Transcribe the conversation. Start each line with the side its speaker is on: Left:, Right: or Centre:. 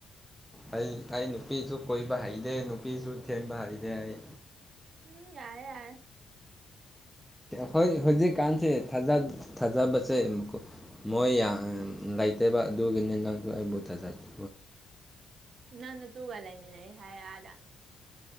Centre: ꯑꯩ ꯑꯩ ꯅꯨꯄꯤꯁꯨ ꯀꯣꯏꯕ ꯍꯩꯇꯦ ꯅꯨꯄꯤꯁꯨ ꯊꯦꯝꯕ ꯍꯩꯇꯦ ꯑꯩ
Right: ꯎꯝ ꯌꯥꯏꯔꯦ ꯌꯥꯔꯦ
Centre: ꯍꯣꯏ ꯍꯧꯖꯤꯛꯀꯥꯟꯁꯤꯦ ꯊꯥꯖꯕꯁꯦ ꯑꯃꯨꯛꯀ ꯃꯣꯏ ꯂꯩꯇꯕ ꯑꯗꯨꯒꯤꯅꯤ ꯅꯪꯁꯨ ꯑꯩꯕꯨꯠꯇ ꯆꯥꯠꯠꯇꯦ
Right: ꯅꯪ ꯅꯇꯨ ꯒꯥ ꯂꯩꯃꯤꯟꯅ ꯍꯥꯏꯗ